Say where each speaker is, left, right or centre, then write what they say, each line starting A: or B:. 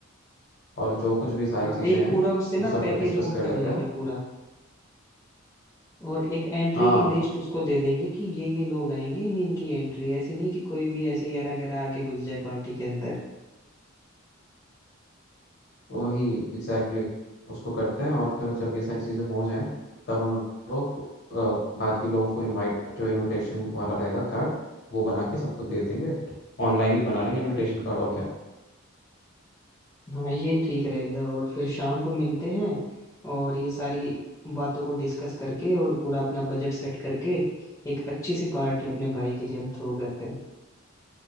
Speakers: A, on the left; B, on the left.
A: और जो कुछ भी सारी
B: हाँ
A: चीज़ें
B: एक
A: हैं
B: पूरा उससे ना
A: वो सब
B: पैकेज
A: पर डिस्कस
B: बुक
A: कर
B: कर
A: लेते
B: लेंगे
A: हैं
B: पूरा और एक एंट्री
A: हाँ
B: की लिस्ट उसको दे देंगे कि ये ये लोग आएंगे इन इनकी एंट्री ऐसे नहीं कि कोई भी ऐसे यारा गैरा आके घुस जाए पार्टी के अंदर
A: वही एग्जैक्टली exactly, उसको करते हैं और फिर जब ये सारी चीज़ें हो जाएं तब हम लोग अ, बाकी लोगों को इनवाइट जो इनविटेशन वाला रहेगा कार्ड वो बना के सबको दे देंगे ऑनलाइन ही बना लेंगे इनविटेशन कार्ड और क्या
B: हाँ ये ठीक रहेगा और फिर शाम को मिलते हैं और ये सारी बातों को डिस्कस करके और पूरा अपना बजट सेट करके एक अच्छी सी पार्टी अपने भाई के लिए हम थ्रो करते हैं